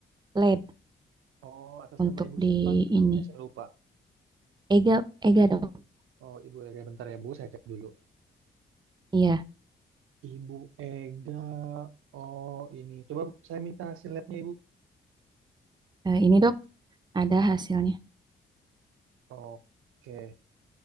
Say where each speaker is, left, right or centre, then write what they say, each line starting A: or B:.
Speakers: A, on the right; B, on the right.
A: lab
B: Oh, atas
A: untuk
B: nama Ibu
A: di
B: siapa? Sebelumnya
A: ini.
B: saya lupa.
A: Ega, Ega dok.
B: Oh, Ibu Ega, bentar ya Bu, saya cek dulu.
A: Iya,
B: Ibu Ega, oh ini. Coba saya minta hasil labnya Ibu.
A: eh, ini dok ada hasilnya.
B: Oke,